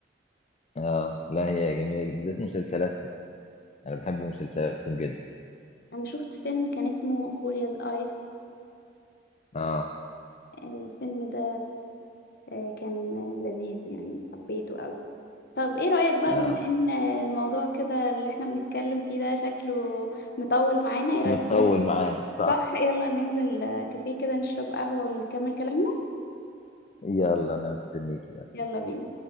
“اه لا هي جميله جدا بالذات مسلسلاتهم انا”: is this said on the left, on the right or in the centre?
Left